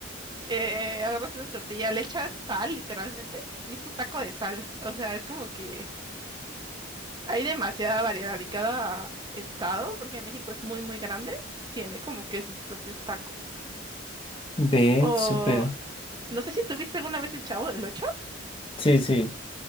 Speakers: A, on the right; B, on the left.
A: Eh, agarras una tortilla, le echas sal, literalmente, y es tu taco de sal. O sea, es como que hay demasiada variedad y cada estado, porque México es muy, muy grande, tiene como que sus propios tacos.
B: ve,
A: O
B: súper.
A: no sé si tuviste alguna vez el Chavo del Ocho.
B: Sí, sí,